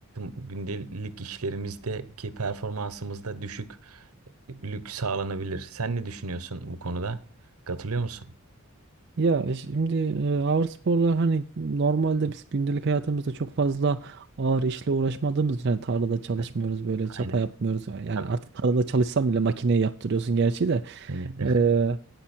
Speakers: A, on the right (about 80°); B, on the right (about 50°).
A: gündelik işlerimizdeki performansımızda düşüklük sağlanabilir. Sen ne düşünüyorsun bu konuda? Katılıyor musun?
B: Ya e, şimdi e, ağır sporlar hani normalde biz gündelik hayatımızda çok fazla ağır işle uğraşmadığımız için hani tarlada çalışmıyoruz
A: Evet.
B: böyle çapa
A: Aynen.
B: yapmıyoruz. E, Yani
A: Tabii.
B: artık tarlada çalışsam bile makineye yaptırıyorsun gerçi de
A: Aynen. <laughs>
B: E,